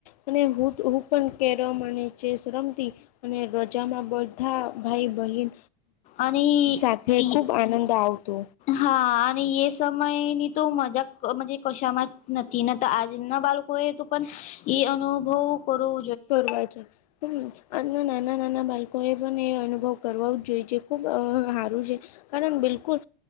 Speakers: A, on the left; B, on the left.
A: અને હું તો હું પણ કેરમ અને ચેસ રમતી અને રજામાં બધા ભાઈ બહેન
B: અને
A: સાથે
B: ઈ
A: ખુબ આનંદ આવતો.
B: હા, અને યે સમય ની તો મજાક મનજે કશામાં જ નથી ન આજના બાળક હોય તો પણ ઈ અનુભવ કરું
A: કરવાય છે. હમ્મ, આજના નાના નાના બાળકો એ પણ એ અનુભવ કરવા જ જોઈ છે ખુબ અહ હારું છે. કારણ બિલકુલ